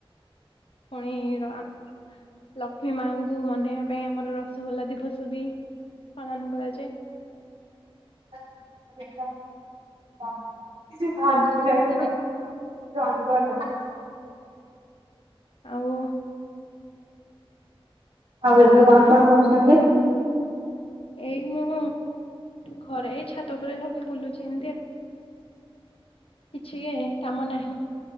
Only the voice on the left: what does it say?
ଫୁଣି ର <unintelligible> ଲକ୍ଷ୍ମୀ ମାଙ୍କୁ ମନେଇବା ପାଇଁ ଆମର ରସଗୋଲା ଦିବସ ବି ପାଳନ କରାଯାଏ।
ଏମିତି କିଛି ଥାଏ ଆଉ
ଆପଣ
ଏଇ ମୁଁ ଘରେ ଏଇ ଛାତ ଉପରେ ଖାଲି ବୁଲୁଛି ଏମତି କିଛି କାମ ନାହିଁ।